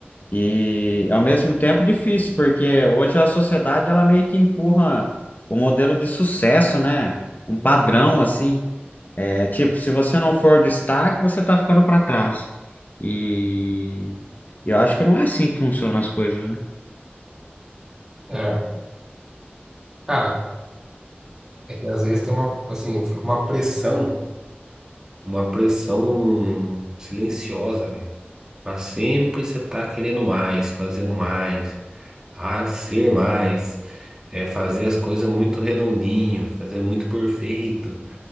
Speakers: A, on the left; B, on the right.
A: E ao mesmo tempo difícil, porque hoje a sociedade ela meio que empurra o modelo de sucesso, né? Um padrão assim. É, tipo, se você não for destaque, você tá ficando para trás. E e eu acho que não é assim que funcionam as coisas, né?
B: É. Cara, é que às vezes tem uma, assim, fica uma pressão. Uma pressão silenciosa, velho. Pra sempre você tá querendo mais, fazendo mais. a ser mais, é, fazer as coisas muito redondinho, fazer muito perfeito